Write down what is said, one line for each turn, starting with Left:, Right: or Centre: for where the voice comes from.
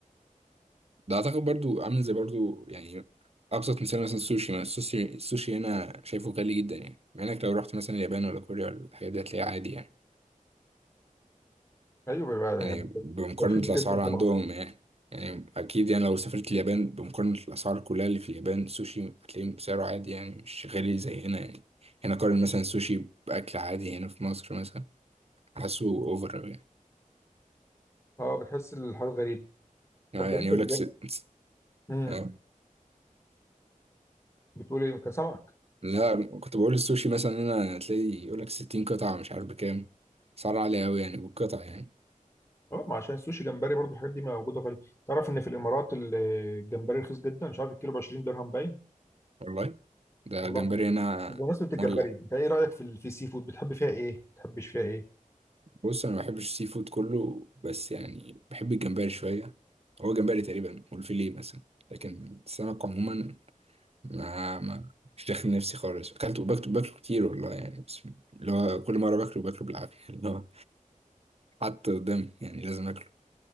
Right: ده اعتقد برضو عامل زي برضو يعني ابسط مثال مثلا السوشي ما السوشي السوشي هنا شايفه غالي جدا يعني مع انك لو رحت مثلا اليابان ولا كوريا ولا الحاجات دي هتلاقيه عادي يعني
Left: ايوه بقى
Right: يعني
Left: يعني
Right: بمقارنة
Left: رخيص
Right: الاسعار
Left: جدا
Right: عندهم
Left: طبعا
Right: يعني يعني اكيد يعني لو سافرت اليابان بمقارنة الاسعار كلها اللي في اليابان السوشي هتلاقيه سعره عادي يعني مش غالي زي هنا يعني هنا قارن مثلا السوشي باكل عادي هنا في مصر مثلا حاسه اوفر أوي
Left: اه بتحس الحاجه غريب
Right: يعني
Left: طب انت
Right: يعني يقول
Left: بجد
Right: لك ست
Left: امم
Right: آه،
Left: بتقول ايه كان سمك
Right: لا كنت بقول السوشي مثلا هنا هتلاقي يقول لك 60 قطعة مش عارف بكام سعر عالي أوي يعني بالقطعة يعني
Left: اه ما عشان السوشي جمبري برضو الحاجات دي موجوده غريب تعرف ان في الامارات ال- الجمبري رخيص جدا مش عارف الكيلو ب 20 درهم باين
Right: والله ده
Left: والله
Right: جمبري هنا
Left: طب بمناسبة الجمبري
Right: مولع
Left: انت ايه رايك في ال- في السي فود بتحب فيها ايه ما بتحبش فيها ايه
Right: بص أنا ما بحبش السي فود كله بس يعني بحب الجمبري شوية هو جمبري تقريبا والفيليه مثلا لكن السمك عموما ما, ما مش داخل نفسي خالص أكلته باكله باكله كتير والله يعني بس اللي هو كل مرة باكله باكله بالعافية <laughs> اللي هو حتى قدامي يعني لازم أكله